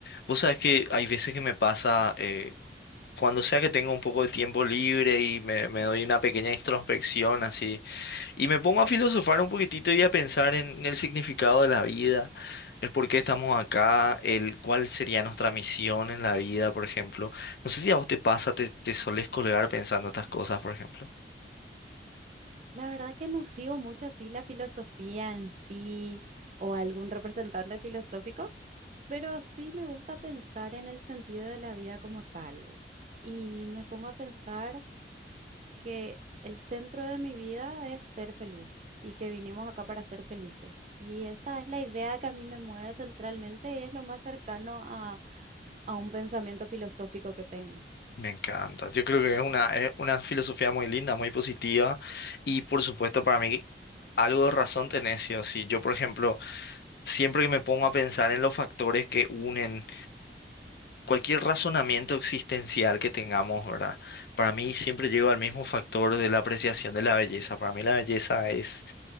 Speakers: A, on the left (about 60°); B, on the right (about 40°).
A: Vos sabés que hay veces que me pasa, eh, cuando sea que tengo un poco de tiempo libre y me, me doy una pequeña introspección así, y me pongo a filosofar un poquitito y a pensar en el significado de la vida, el por qué estamos acá, el cuál sería nuestra misión en la vida, por ejemplo. No sé si a vos te pasa, te, te solés colgar pensando estas cosas, por ejemplo.
B: La verdad que no sigo mucho así la filosofía en sí o algún representante filosófico, pero sí me gusta pensar en el sentido de la vida como tal. Y me pongo a pensar que el centro de mi vida es ser feliz y que vinimos acá para ser felices. Y esa es la idea que a mí me mueve centralmente y es lo más cercano a, a un pensamiento filosófico que tengo.
A: Me encanta. Yo creo que es una, es una filosofía muy linda, muy positiva, y por supuesto para mí... Algo de razón tenés, sí o sí. Yo, por ejemplo, Siempre que me pongo a pensar en los factores que unen cualquier razonamiento existencial que tengamos, ¿verdad? Para mí siempre llego al mismo factor de la apreciación de la belleza. Para mí la belleza es,